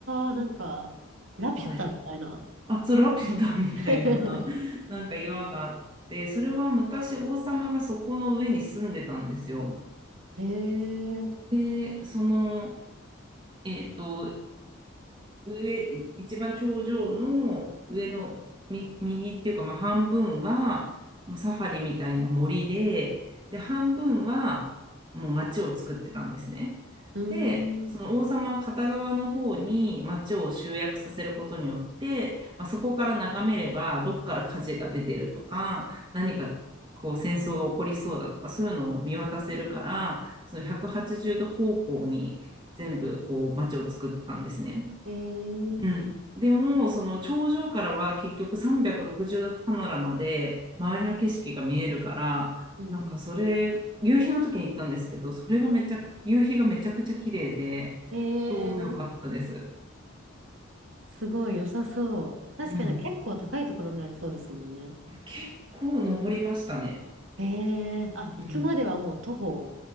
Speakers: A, on the right; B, on the right.
A: あー、なんか、ラピュタみたいな。
B: はい。あつらペタみたいな、
A: <laughs>
B: <laughs> なんか岩があって、それは昔王様がそこの上に住んでたんですよ。
A: へえ、う
B: で、その、えっと、上、一番頂上の上のみ右っていうか、まあ、半分はもうサファリみたいな森で、で、半分はもう町を作ってたんですね。
A: ーん、
B: で、その王様片側の方に町を集約させることによって、まあ、そこから眺めればどっから火事が出てるとか、何かこう戦争が起こりそうだとか、
A: うん、
B: そういうのを見渡せるから、その180度方向に全部こう町を作ったんですね。
A: へえ、
B: うん。でも、その頂上からは結局360度パノラマで周りの景色が見えるから、
A: うん、
B: なんかそれ、
A: うんうん
B: 夕日の時に行ったんですけど、それがめちゃく、夕日がめちゃくちゃ綺麗で、
A: へ
B: 超良かったです。
A: え、すごい良さそう。確かに結構高いところにありそうですもんね。
B: うん。結構登りましたね。
A: へえ、あ、
B: うん。
A: 行くまではもう徒歩、